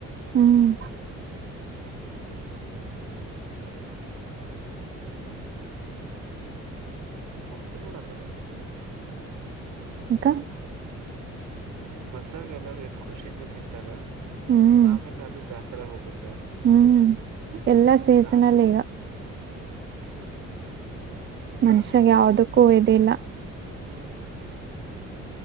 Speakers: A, on the right; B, on the right.
A: ಹ್ಮ್
B: ಮಸ್ತ್ ನೋಡ ಆದ್ರನು
A: ಯಾಕ
B: ಬಂದಾಗ ಎಲ್ಲಾರೂ ಎಷ್ಟ ಖುಷಿಯಿಂದ ತಿಂತಾರ
A: ಹ್ಮ್
B: ಆಮೇಲೆ ಅದು ಬೇಸರ ಆಗೋಗುತ್ತೆ ಮುಗಿತ್ತು
A: ಹ್ಮ್ ಎಲ್ಲಾ ಸೀಸನಲ್
B: ಸಾಕ್ಯಿದು
A: ಈಗ
B: ಸಾಕಂರೆ
A: ಮನುಷ್ಯಾಗ ಯಾವದಕ್ಕೂ
B: ಬಿಟ್ಬಿಬಿಡು
A: ಇದಿಲ್ಲ
B: ಹ್ಮ್